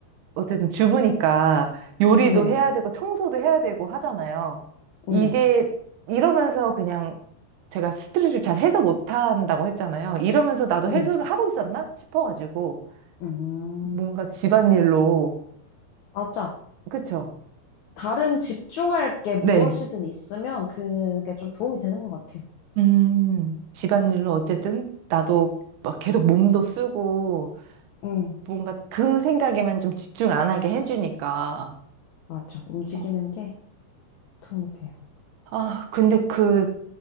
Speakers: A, on the right; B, on the left.
A: 어쨌든 주부니까 요리도
B: 네,
A: 해야 되고 청소도 해야 되고 하잖아요.
B: 네,
A: 이게 이러면서 그냥 제가 스트레스를 잘 해소 못 한다고 했잖아요. 이러면서 나도
B: 네.
A: 해소를 하고 있었나 싶어가지고
B: 음,
A: 뭔가 집안일로
B: 맞아.
A: 그쵸?
B: 다른 집중할 게 무엇이든
A: 네.
B: 있으면 그게 좀 도움이 되는 것 같아요.
A: 음, 집안일로 어쨌든 나도 막 계속 몸도 쓰고
B: 음,
A: 뭔가 그 생각에만 좀 집중 안 하게 해주니까.
B: 맞아. 움직이는
A: 어.
B: 게 도움이 돼요.
A: 아, 근데 그